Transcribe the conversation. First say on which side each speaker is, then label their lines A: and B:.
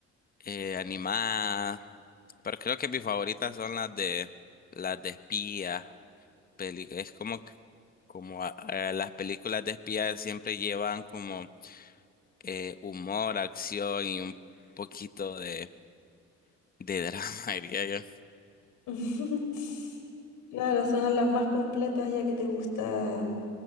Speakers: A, on the left; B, on the left.
A: eh, animadas, pero creo que mis favoritas son las de las de espías. peli- Es como que- como a- a las películas de espías siempre llevan como eh, humor, acción y un poquito de, de drama, <laughs> diría yo.
B: <laughs> Claro, son las más completas ya que te gusta